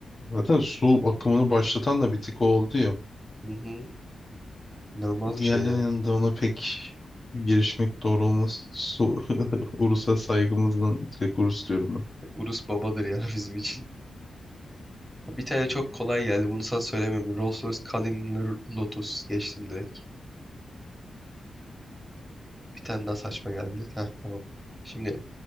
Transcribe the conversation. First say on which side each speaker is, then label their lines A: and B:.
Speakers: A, on the left; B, in the centre.
A: Zaten su akımını başlatan da bir tık o oldu ya.
B: Hı hı. İnanılmaz bir
A: Diğerlerinin
B: şey ya.
A: yanında ona pek girişmek doğru olmaz. Su, <laughs> Urus'a saygımızdan direkt Urus diyorum
B: Urus babadır ya <laughs> bizim için. Bir tane çok kolay geldi. Bunu sana söylemem. Rolls Royce Cullinan Lotus geçtim direkt. Bir tane daha saçma geldi. Heh, tamam. Şimdi